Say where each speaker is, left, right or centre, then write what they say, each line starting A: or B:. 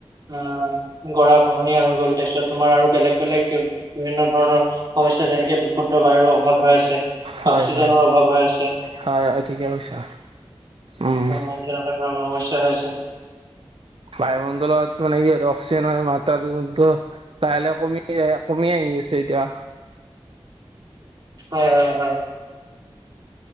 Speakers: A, on the right (about 45°); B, on the right (about 65°).
A: আহ গৰা খহনীয়া হৈ গ'ল তাৰপিছত তোমাৰ আৰু বেলেগ বেলেগ বিভিন্ন ধৰণৰ সমস্যা যেনেকে ক্ষুদ্ৰ বায়ুৰো অভাৱ হৈ আছে
B: হয়
A: অক্সিজেনৰ
B: হয়
A: অভাৱ হৈ আছে
B: হয় হয় ঠিকে কৈছা উম
A: অ তেনেকুৱা ধৰণৰ সমস্যা হৈ আছে।
B: বায়ুমণ্ডলত মানে কি আৰু অক্সিজেন হয় মাতাটো লাহে লাহে কমি আহি আছে এতিয়া
A: হয় হয় হয়।